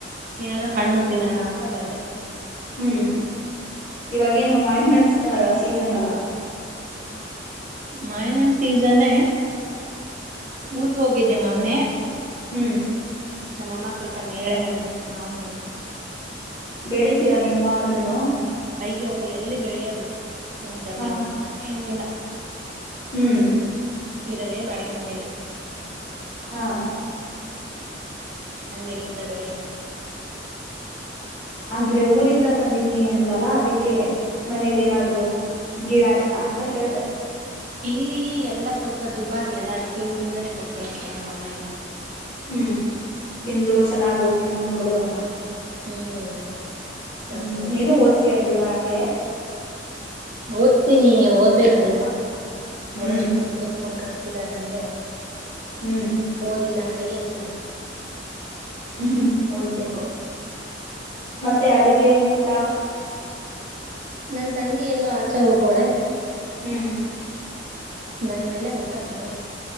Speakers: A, on the right; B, on the left.
A: ಏನಾದ್ರು ಹಣ್ಣು ತಿನ್ನೋಣ ಅಂತ ಬಂದೆ
B: ಹ್ಮ್ ಇವಾಗೇನು ಮೈನನ್ಸ್ ಸೀಸನ್ ಅಲ್ಲ
A: ಮಯನ ಸೀಸನ್ ಊರ್ಗ ಹೋಗಿದ್ದೆ ಮೊನ್ನೆ
B: ಹ್ಮ್
A: ನಮ್ಮಮ್ಮ ಸ್ವಲ್ಪ ನೇಳೆ ಹಣ್ಣು ಮಾವನ ಹಣ್ಣು
B: ಬೆಳೀಿತೀರಾ ನೀವು ಮಾವನಣ್ಣು
A: ಅಯ್ಯೋ ಎಲ್ಲಿ ಬೆಳೆಯೋದು ನಮ್ ಜಮೀನ
B: ಹ
A: ಇಲ್ಲ ಏನಿಲ್ಲ
B: ಹ್ಮ್
A: ಇರದೆೇ ಬಡಿಗೆ ಮನಲ್
B: ಹಾ
A: ಹಣ್ಣಲ್ಲಿಂದ ಬೆಳೆಯೋಣ
B: ಅಂದ್ರೆ ಊರಿಂದ ತಂದಿನಿ ಅಂದಲ್ಲ ಅದಕ್ಕೆ ಮನೇಲಿ ಏನಾದ್ರು ಗಿಡ ಆಯ್ತಾ ಅಂತ ಕೇಳ್ದ
A: ಇಲ್ಲಿ ಎಲ್ಲಾ ಸ್ವಲ್ಪ ದುಬಾರಿ ಎಲ್ಲಾ ಅದಕ್ಕೆ ಊರಿಂದಾನೇ ಕೊಟ್ಕಳಿಸ್ತಾವ ನಮ್ಮಮ್ಮ ಎಲ್ಲಾ
B: ಹ್ಮ್ ತಿಂದು ಚೆನ್ನಾಗ್ ಓದ್ಲಿ ನನ್ ಮಗಳು ಅಂತ
A: ಹ್ಮ್ ಕಳ್ಸೋದು
B: ಹ್ಮ್ ಏನು ಓತಯ ಬಿಡು ಆ ಹಾಗೆ
A: ಓದ್ತೀನಿ ಓದ್ಬೇಕಲ್ಲ
B: ಹ್ಮ್
A: ಅವ್ರಷ್ಟು ನಮೆಕೊಂಡ್ ಕಾಣಸ ರ ಅಂದ್ರೆ
B: ಹ್ಮ್
A: ಹದಿಲ್ಲಾ ಸ
B: ಹ್ಮ ಹ್ಮ್ ಹೌದಬೇಕೋ ಮತ್ತೆ ಅಡುಗೆ ಊಟ ಊಟ
A: ನನ್ ತಂಗಿ ಎಲ್ಲೋ ಆಚೆ ಹೋಗೋಡೆ
B: ಹ್ಮ್
A: ಬಂದ್ಮೇಲೆ ಊಟ ಮಾಡ್ಬೇಕು